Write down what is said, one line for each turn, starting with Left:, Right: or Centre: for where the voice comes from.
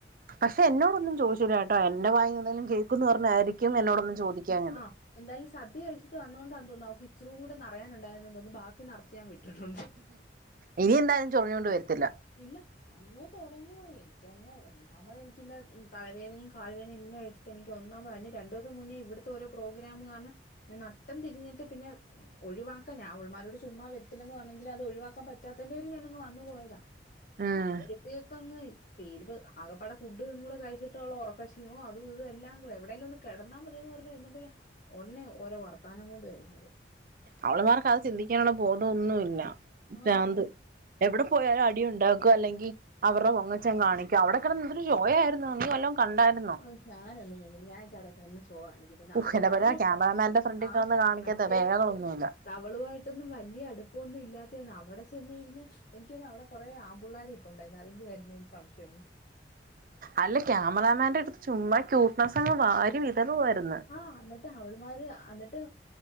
Right: പക്ഷെ എന്നോടൊന്നും ചോദിച്ചില്ല കേട്ടോ എന്റെ വായിന്ന് എന്തേലും കേൾക്കന്ന് പറഞ്ഞായിരിക്കും എന്നോടൊന്നും ചോദിക്കാഞ്ഞത്
Left: ആഹ് എന്തായാലും സദ്യ കഴിചിട്ട് വന്നതോണ്ടാ തോന്നുന്നു അവക്ക് ഇച്ചരിം കൂടെ നറയാനുണ്ടായിരുന്നു തോന്നുന്നു ബാ ക്കി നറച്ച് ഞാൻ വിട്ടിട്ടുണ്ട്
Right: ഇനി എന്തായാലും ചൊറിഞ്ഞോണ്ട് വരത്തില്ല
Left: ഇല്ല അങ്ങ് തുടങ്ങുവ എനിക്കങ്ങ് അന്നാമത് എനിക്ക് ഇല്ലെ തലവേദനയും കാൽവേദനയും എലാം എടുത്ത് എനിക്ക് ഒന്നാമത് അതിന് രണ്ട് <unintelligible> മുന്നേ ഇവിടത്തെ ഓരോ പ്രോഗ്രാം കാരണം ഞാൻ നട്ടം തിരിഞ്ഞിട്ട് പിന്നെ ഒഴിവാക്ക ഞൻ അവളുമാരോട് ചുമ്മാ വരത്തില്ലെന്ന് പറഞ്ഞെങ്കി ലെ അത് ഒഴിവാക്കാൻ പറ്റാത്തൻന്റെര് ഞാനിങ് വന്നു പോയതാ
Right: ഉം
Left: അപ്പഴത്തെ ക്കങ്ങു പെരിപ്പ് ആകപ്പാട ഫുഡ് കൂടെ കഴിച്ചിട്ടുള്ള ഉറക്കശഷീണോ അതും ഇതും എല്ലാം കൂടെ എവിടെങ്കിലും ഒന്ന് കെടന്നാൽ മതിയന്ന് പറഞ്ഞു ഇരുന്നപ്പയ ഒടനെ ഓരോ വർത്താനം കൊണ്ട് വരുന്നത്
Right: അവള്മാർക്ക് അത് ചിന്തിക്കാനുള്ള ബോധം ഒന്നുല്ല
Left: ആഹ്
Right: ഭ്രാന്ത് എവിടെ പോയാലും അടി ഉണ്ടാക്ക അല്ലെങ്കിൽ അവരുടെ പൊങ്ങച്ചം കാണിക് ക്ക അവിടെ കടന്ന് എന്തൊരു ഷോ ആരുന്നു നീ വല്ലോം കണ്ടായിരുന്നൊ
Left: ഓഹ് ഞാനൊന്നും ഇങ്ങനെ ഞാൻ ചടക്കന്ന് ഷോ കാണിക്ക <unintelligible>
Right: ഉഫ്
Left: അവൾ
Right: എന്റെ
Left: മാരുടെ
Right: പൊന്നോ
Left: ഒക്കെ
Right: ക്യാമറാമാന്റെ ഫ്രണ്ടിൽ
Left: ആഹ്
Right: കിടന്ന് കാണിക്കാത്ത
Left: മറ്റേ
Right: വേലകളൊന്നുമില്ല
Left: അവളു ആയിട്ടൊന്നും വലിയ അടുപ്പൊന്നും ഇല്ലാത്ത അവിടെ ചെന്നിരുന്ന് എനക്ക് തോന്നണു അവിടെ കുറെ ആൺ പിള്ളേര്‌ ഇരിപ്പ് ഉണ്ടായിരുന്നു അതിന്റെ ആരുന്നു സംശയണ്ട്
Right: അല്ല ക്യാമറാമാന്റെ അടുത്ത് ചുമ്മാ ക്യൂട്ട്നെസ്സ് അങ്ങ് വാരി വിതറുവായിരുന്നു
Left: ആഹ് എന്നിട്ട് അവൾമാര് എന്നിട്ട്